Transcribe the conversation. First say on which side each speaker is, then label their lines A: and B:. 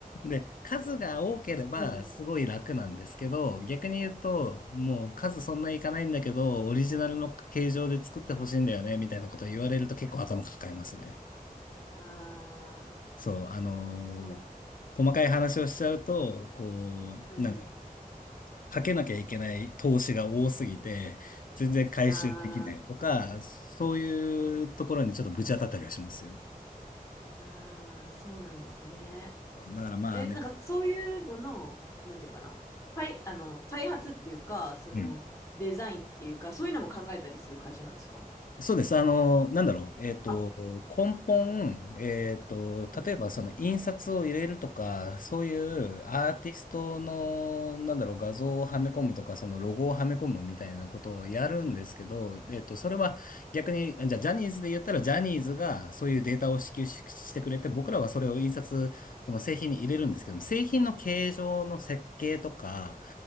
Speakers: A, on the left; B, on the left.
A: で、数が多ければすごい楽なんですけど、
B: うん。
A: 逆に言うと、もう数そんないかないんだけど、オリジナルの形状で作ってほしいんだよね、みたいなこと言われると結構頭抱えますね。
B: ああ、
A: そう、あのー
B: そうなん、
A: 細かい話をしちゃうと、こう、
B: うんうん。
A: なんだろうかけなきゃいけない投資が多すぎて、全然回収できないとか、
B: あ
A: そういうところにちょっとぶち当たったりはしますよ。
B: あ、ああ、そうなんですね。
A: だからまあね、
B: え、なんかそういうのの、なんていうのかな。はい、あの、開発っていうか、その、
A: うん
B: デザインっていうか、そういうのも考えたりする会社なんですか
A: そうです。あの、なんだろう。えっと、
B: あ、
A: 根本、えっと、
B: うん。
A: 例えばその印刷を入れるとか、そういうアーティストの、
B: う
A: なんだろう、画像をはめ込むとか、そのロゴをはめ込むみたいなことをやるんですけど、えっと、それは逆に、じゃあジャニーズで言ったら、ジャニーズがそういうデータを支給し、してくれて、僕らはそれを印刷、その製品に入れるんですけども、製品の形状の設計とか、